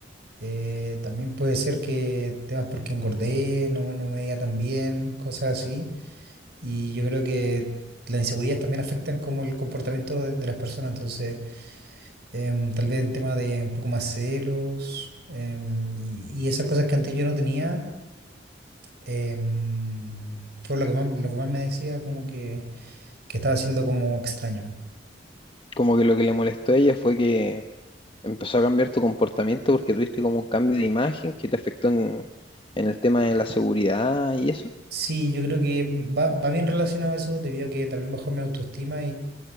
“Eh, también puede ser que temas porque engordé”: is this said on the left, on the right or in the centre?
Right